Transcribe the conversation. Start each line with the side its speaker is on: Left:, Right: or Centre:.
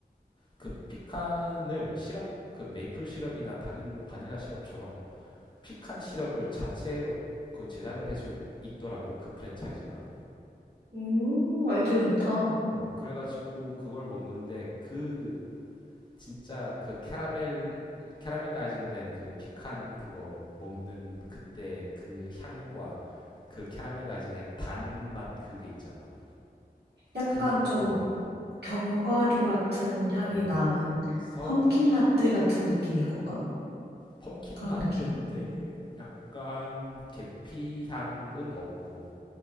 Left: 그 피칸을 시럽 그 메이플 시럽이나 다른 바닐라 시럽처럼 피칸 시럽을 자체로 그 제작을 해서 있, 있더라고 그 프랜차이즈가.
Right: 음, 아이디어 좋다.
Left: 어, 그래가지고 그걸 먹는데 그 진짜 그 캐러멜 캐러멜라이징 된 그 피칸 그거 먹는 그때 그 향과 그 캐러멜라이징의 단맛 그게 있잖아.
Right: 약간
Left: 그
Right: 좀
Left: 어.
Right: 견과류 같은 향이
Left: 음.
Right: 나는
Left: 그래서
Right: 펌킨 라떼 같은 느낌인 건가?
Left: 펌킨
Right: 그런
Left: 라떼인데
Right: 느낌.
Left: 약간 계피 향은 없고